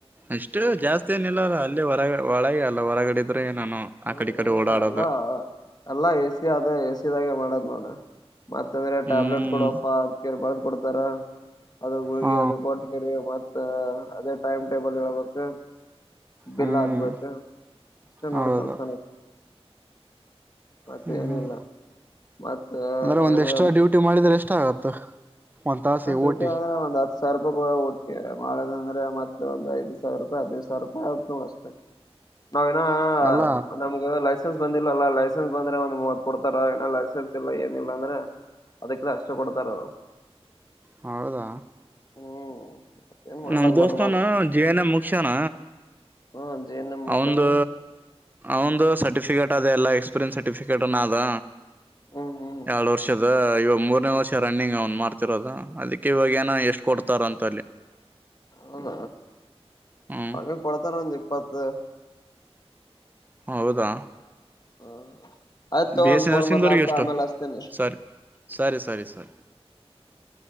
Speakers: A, on the right (about 15°); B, on the left (about 40°).
A: ಅಷ್ಟು ಜಾಸ್ತಿ ಏನಿಲ್ಲಲ್ಲ ಅಲ್ಲಿ ಹೊರಗ ಒಳಗೆ ಅಲ್ಲ ಹೊರಗಡಿದ್ರೆ ನಾನು ಆ
B: ಹ್ಮ
A: ಕಡೆ ಈ ಕಡೆ
B: ಏನಿಲ್ಲ
A: ಓಡಾಡೋದು
B: ಎಲ್ಲಾ ಎಲ್ಲಾ ಎಸಿ ಆದ ಎಸಿದಾಗೆ ಮಾಡದ್ ನೋಡ ಮತ್ತ ಅಂದ್ರೆ
A: ಹ್ಮ್
B: ಟ್ಯಾಬ್ಲೆಟ್ ಕೊಡಪ್ಪಾ ಅ ಕೇರ್ ಬದ್ ಕೊಡ್ತಾರ ಅದು ಗುಳಗಿ
A: ಹಾ
B: ಅದು ಕೊಟ್ ಕರಿ ಮತ್ತ ಅದೇ ಟೈಮ್ ಟೇಬಲ್ ಹೇಳ್ಬೇಕ ಬಿಲ್
A: ಹ್ಮ್
B: ಹಾಕ್ಬೇಕ ಅಷ್ಟೇ ನೋಡ್
A: ಹೌದು
B: ಕೆಲ್ಸ ಮತ್ತೆನಿಲ್ಲ
A: ಹ್ಮ್ ಹ್ಮ್
B: ಮತ್ತ
A: ಅಂದ್ರೆ ಒಂದ್
B: ಅದೆ
A: ಎಕ್ಸ್ಟ್ರಾ ಡ್ಯೂಟಿ
B: ಊಟ
A: ಮಾಡಿದ್ರೆ ಎಷ್ಟ ಆಗತ್ತ ಒಂದ್ ತಾಸಿ
B: ಹಡ್ಯೂಟಿ
A: ಓಟಿ
B: ಅಂಗ ಬಂದ <unintelligible> ಸಾವಿರ ರೂಪಾಯಿ ಒಳ ಒಟ್ಟೆ ಅಂದ್ರೆ ಮತ್ತೆ ಒ ಐ ಸಾವರ ರೂಪಾಯಿ ಹದಿನೈದ್ ಸಾವರೂಪಾಯಿ ಆಗುತ್ ನೋಡು ಅಷ್ಟೆ ನಾವನ
A: ಅಲ್ಲ
B: ನಮ್ಗ ಲೈ ಲೈಸೆನ್ಸ್ ಬಂದಿಲ್ಲಲ್ಲ ಲೈಸೆನ್ಸ್ ಬಂದ್ರೆ ಒಂದ್ ಮೂವತ್ ಕೊಡ್ತಾರ ಏನ ಲೈಸನ್ಸ್ ಇಲ್ಲ ಏನಿಲ್ಲ ಅಂದ್ರೆ ಅದಕ್ಕೆಲ್ಲ ಅಷ್ಟ ಕೊಡ್ತಾರ್ ಅವ್ರು
A: ಹೌದಾ
B: ಹ್ಮ್ ಮತ್ತೇನ್ ಮಾಡ್ಲಕ್
A: ನಮ ದೋಸ್ತಾನ
B: ಬರಲ್ಲಲ್ಲ
A: ಜೆ ಎನ್ ಎ ಮುಕ್ಸ್ಯನ
B: ಹ್ಮ ಜೆ ಎನ್ ಎಂ ಮುಗಸನ
A: ಅವನ್ದು ಅವನ್ದು ಸರ್ಟಿಫಿಕೇಟ್ ಅದೆೇ ಎಲ್ಲ ಎಕ್ಸ್ಪೀರಿಯನ್ಸ್ ಸರ್ಟಿಫಿಕೇಟ್ನ ಅದು
B: ಹ್ಮ್ ಹ್ಮ್
A: ಏಳ ವರ್ಷದ ಇವಾಗ ಮೂರನೇ ವರ್ಷ ರನ್ನಿಂಗ್ ಅವನ್ ಮಾಡ್ತಿರೋದ ಅದಕ್ಕೆ ಇವಾಗ ಏನೋ ಎಷ್ಟ್ ಕೊಡ್ತಾರ ಅಂತ ಅಲ್ಲಿ
B: ಹದ
A: ಹ್ಮ್
B: ಅವನ್ಗೆ ಕೊಡ್ತಾರೆ ಒಂದು ಇಪ್ಪತ್ತು
A: ಹೌದಾ
B: ಹ ಆಯ್ತಗ
A: ಬಿ
B: ಒಂದು
A: ಎಸ್ ಸಿ
B: ಫೋನ್
A: ನರ್ಸಿಂಗ್ದವ್ರಿಗೆ
B: ಮರ್ಲ ಆತ
A: ಎಷ್ಟು
B: ಆಮೇಲೆ ಅಸ್ತೇನೆ
A: ಸಾರಿ ಸರಿ ಸರಿ ಸರಿ